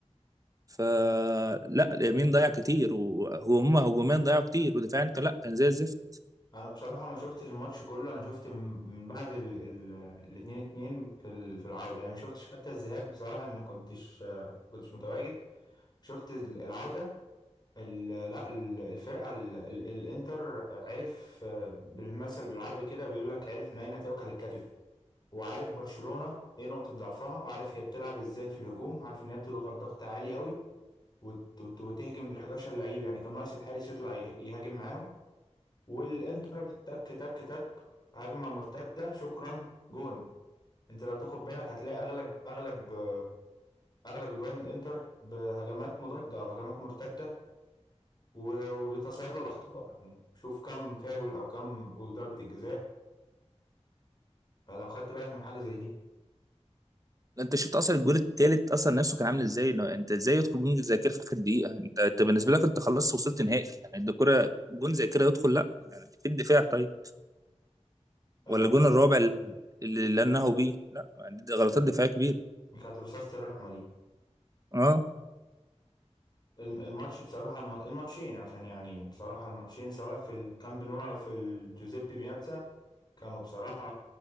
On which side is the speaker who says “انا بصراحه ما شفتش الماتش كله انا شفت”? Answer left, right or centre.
Left